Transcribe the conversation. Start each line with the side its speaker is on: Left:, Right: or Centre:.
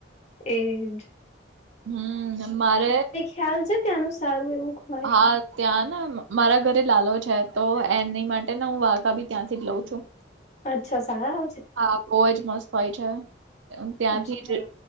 Left: એજ
Right: હમ ને મારે- -
Left: ચાલશે ત્યાંનું સારું એવું- -
Right: હા. ત્યાં ના મારા ઘરે લાલો છે તો એની માટે હું વાધા બી ત્યાંથી જ લઉં છું.
Left: અચ્છા સાહેબ.
Right: હા બહુ જ મસ્ત હોય છે ત્યાંથી
Left: અચ્છા
Right: જ.